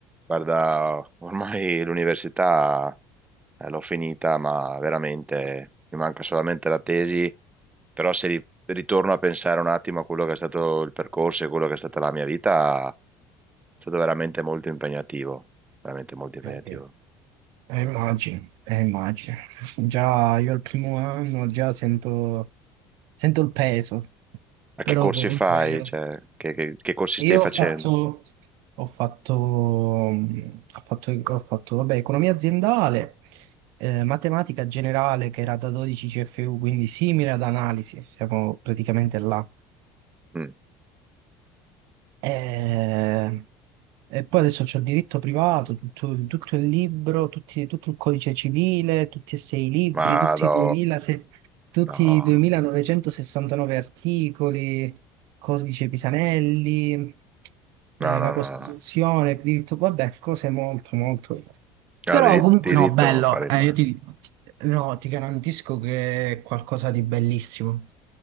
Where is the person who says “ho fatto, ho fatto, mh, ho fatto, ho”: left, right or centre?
Right